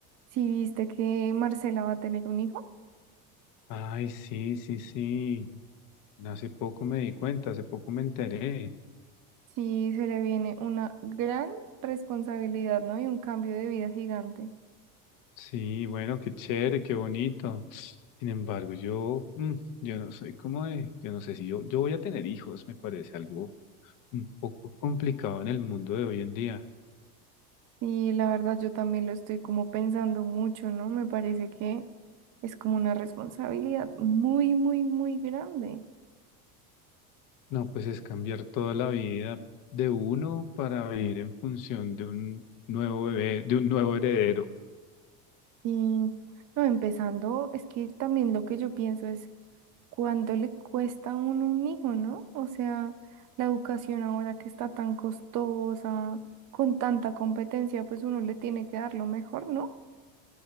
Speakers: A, on the right; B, on the left.
A: Si viste que Marcela va a tener un hijo,
B: Ay, sí, sí, sí. Hace poco me di cuenta, hace poco me enteré.
A: sí se le viene una gran responsabilidad, ¿no? Y un cambio de vida gigante.
B: Sí, bueno, qué chévere, qué bonito. Sin embargo, yo, mm, yo no soy como de, yo no sé si yo, yo voy a tener hijos, me parece algo un poco complicado en el mundo de hoy en día.
A: Y la verdad yo también lo estoy como pensando mucho, ¿no? Me parece que es como una responsabilidad muy, muy, muy grande.
B: No, pues es cambiar toda la vida de uno para vivir en función de un nuevo bebé, de un nuevo heredero.
A: Y no, empezando, es que también lo que yo pienso es cuánto le cuesta a uno un hijo, ¿no? O sea, la educación ahora que está tan costosa, con tanta competencia, pues uno le tiene que dar lo mejor, ¿no?